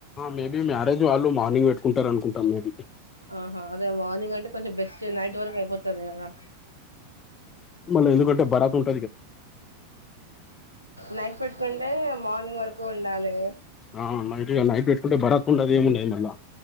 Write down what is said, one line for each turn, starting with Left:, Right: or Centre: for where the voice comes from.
Left: మేబీ మ్యారేజ్ వాళ్ళు మార్నింగ్ పెట్టుకుంటారు అనుకుంటా మేబీ
Right: ఆహా అదే మార్నింగ్ అంటే కొంచెం బెస్ట్ నైట్ వరకు అయిపోతది కదా
Left: మళ్ళ ఎందుకంటే భరాత్ ఉంట
Right: నైట్ పెట్టుకుంటే మార్నింగ్ వరకు ఉండాలే
Left: ఆ నైట్ ఇగ నైట్ పెట్టుకుంటే భరత్ ఉండదు ఏముండదు మల్లా